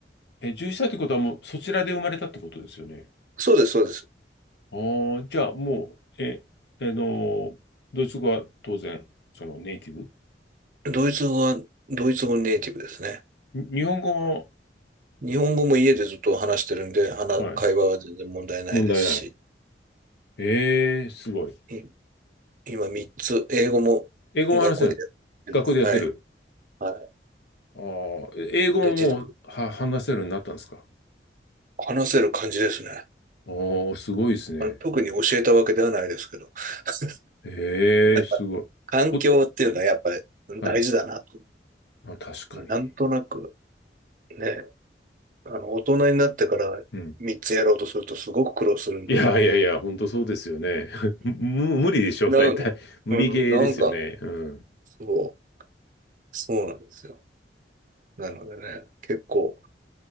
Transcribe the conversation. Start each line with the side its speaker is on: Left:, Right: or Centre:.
Left: え、獣医さんってことはもうそちらで生まれたってことですよね。
Right: そうです、そうです。
Left: ああ、じゃあもう、え、あの、ドイツ語は当然、そのネイティブ。
Right: ドイツ語は、ドイツ語ネイティブですね。
Left: に日本語
Right: 日本語も家でずっと話してるんで、話、
Left: は、はい、
Right: 会話は全然問題ないですし、
Left: 問題ない。ええ、すごい。
Right: い今3つ、英語も学校でやってる。
Left: 英語も話せる。学校でやってる。
Right: はい。はい。
Left: ああ、え英語ももうは話せるようになったんですか。
Right: なんで、自動、話せる感じですね。
Left: ああ、すごいですね。
Right: あの、特に教えたわけではないですけど。<laughs>
Left: ええ、
Right: なんか、
Left: すごい。
Right: 環境っていうのはやっぱり大事だなと。
Left: お、はい。あ、確かに。
Right: なんとなく、ね、あの、大人になってから3つやろうとするとすごく苦労するのに。
Left: うん。いやいやいや、本当そうですよね。<laughs> む、無理でしょ、
Right: な、
Left: 大体。
Right: うん、
Left: <laughs> 無理ゲーですよね。
Right: なんか、
Left: うん。
Right: そう、そうなんですよ。なのでね、結構、